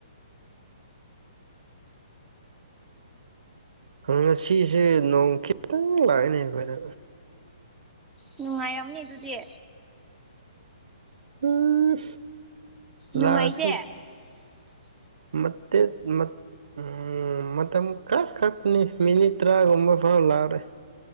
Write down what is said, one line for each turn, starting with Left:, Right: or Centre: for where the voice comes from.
Right: ꯉꯁꯤꯁꯦ ꯅꯣꯡ ꯈꯤꯇꯪ ꯂꯥꯛꯏꯅꯦ ꯑꯩꯈꯣꯏꯗ
Centre: ꯅꯨꯡꯉꯥꯏꯔꯝꯅꯤ ꯑꯗꯨꯗꯤ
Right: ꯎꯝ
Centre: ꯅꯨꯡꯉꯥꯏꯇꯦ
Right: ꯂꯥꯛ ꯑꯥ ꯁꯨ
Centre: <inaudible>
Right: ꯃꯥꯠꯇꯦ ꯃꯥꯠ ꯎꯝ ꯃꯇꯝ ꯈꯔ ꯈꯛꯇꯅꯤ ꯃꯤꯅꯤꯠ ꯇꯔꯥꯒꯨꯝꯕ ꯐꯥꯎ ꯂꯥꯎ ꯑꯔꫭꯏ